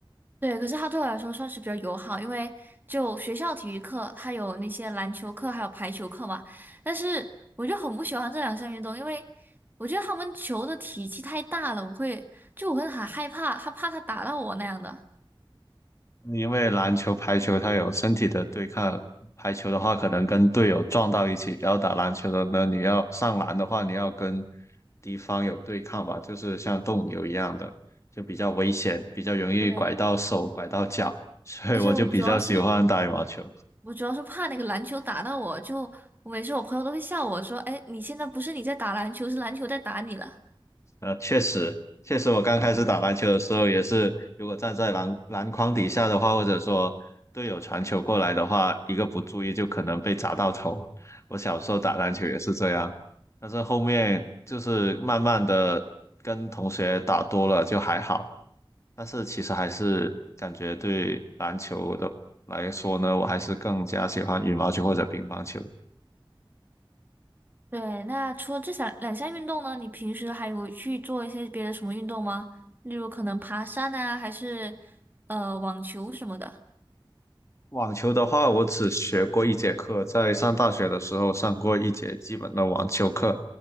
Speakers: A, on the right; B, on the left.
A: 对，可是他对我来说算是比较友好，因为就学校体育课，他有那些篮球课，还有排球课嘛。但是我就很不喜欢这两项运动，因为我觉得他们球的体积太大了，我会就我会很害怕，他怕他打到我那样的。
B: 因为篮球、排球它有身体的对抗，排球的话可能跟队友撞到一起，然后打篮球的呢，你要上篮的话，你要跟敌方有对抗吧，就是像斗牛一样的，就比较危险，比较容易拐到手、
A: 对，
B: 拐到脚，所以我就比较喜欢打羽毛球。
A: 而且我主要是我主要是怕那个篮球打到我，就我每次我朋友都会笑我说：“哎，你现在不是你在打篮球，是篮球在打你了。”
B: 呃，确实，确实，我刚开始打篮球的时候也是，如果站在篮篮筐底下的话，或者说队友传球过来的话，一个不注意就可能被砸到头。我小时候打篮球也是这样，但是后面就是慢慢的跟同学打多了就还好，但是其实还是感觉对篮球的来说呢，我还是更加喜欢羽毛球或者乒乓球。
A: 对，那除了这项两项运动呢，你平时还有去做一些别的什么运动吗？例如可能爬山啊，还是呃网球什么的。
B: 网球的话，我只学过一节课，在上大学的时候上过一节基本的网球课，